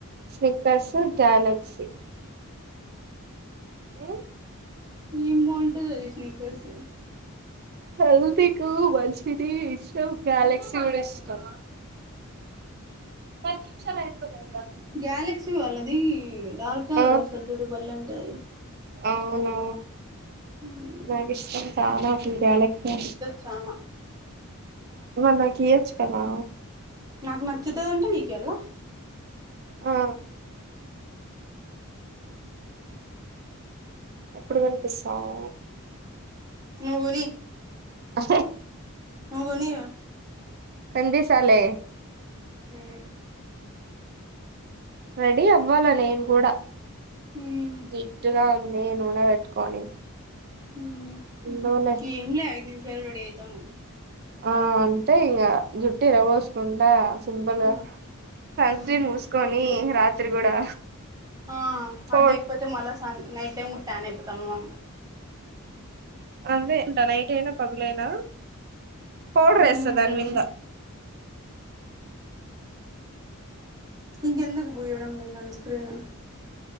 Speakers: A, on the right (about 45°); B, on the right (about 15°).
A: స్నిక్కర్స్ గ్యాలక్సీ ది
B: ఎంబంటది అది స్నికర్స్
A: హల్దికు వల్షీటి ఇష్టం గ్యలేక్సీ కూడా ఇష్టం పదిక్షా పోలాగా
B: గ్యాలక్సీ వాళ్ళది డార్క్ చాక్లెట్
A: ఆ
B: వస్తది చూడు బాలేఉ దల్
A: అవునా
B: హ్మ
A: నక్ ఇష్టం చానా అసలు గాలక్సీ
B: చానా
A: అంటే ఇయ్యాచు కదా
B: నాకు నచ్చుతాదంటే నీకియాళ్ల
A: ఆ ఎప్పుడు కోనిపిస్తావు
B: నవ్వని
A: అ
B: నువ్వు కొని
A: కనిపిస్తాలే
B: మ్మ్
A: రెడీ అవ్వాలా నేను కూడా
B: మ్మ్
A: జిడ్డుగా ఉంది నూనె పెట్టుకొని
B: మ్మ్
A: ఉందోలే
B: ఏంలే ఐదు నిమిషం లు రెడీ అయితాను
A: ఆ అంటే ఇంకా జుట్టి ఇరవోసుకుంటడ సింపుల్గా
B: మ్మ్
A: సన్
B: మ్మ్
A: స్క్రీన్ పూసుకొని రాత్రి కూడా
B: ఆ
A: పౌడ్
B: అది లేకపోతే మళ్ళా స నైట్ టైం కుడా టాన్ అయిపోతాం మనము
A: అదేంట నైట్ అయినా పగులైనా పౌడర్
B: మ్మ్
A: వేస్తా దాని మీంద
B: ఇంకెందుకు పూయడం సన్ స్క్రీన్